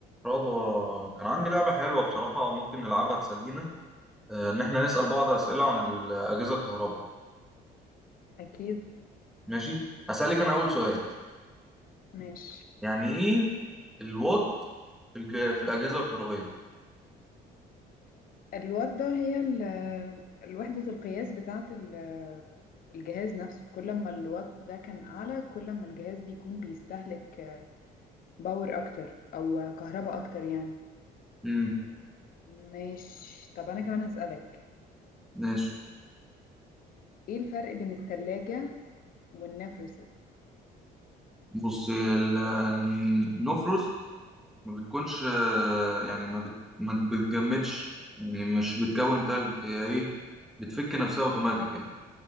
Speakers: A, in the centre; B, on the left (about 55°).
A: رضوى كان عندي لعبة حلوة بصراحة ممكن نلعبها تسلينا آه، إن إحنا نسأل بعض أسئلة عن الأجهزة الكهرباء
B: أكيد
A: ماشي هسألك أنا أول سؤال
B: ماشي
A: يعني إيه الوات في, الج... في الأجهزة الكهربائية؟
B: الوات ده هي ال- الوحدة القياس بتاعة ال- الجهاز نفسه كل ما الوات ده كان أعلى كل ما الجهاز بيكون بيستهلك باور أكتر أو كهرباء أكتر يعني
A: مم.
B: ماشي طب أنا كمان هسألك
A: ماشي
B: إيه الفرق بين التلاجة والنفرست؟
A: بص ال- النو فروست ما بتكونش آه، يعني ما, بت... ما بتجمدش يعني مش بتكون تلج هي إيه بتفك نفسها أوتوماتيك يعني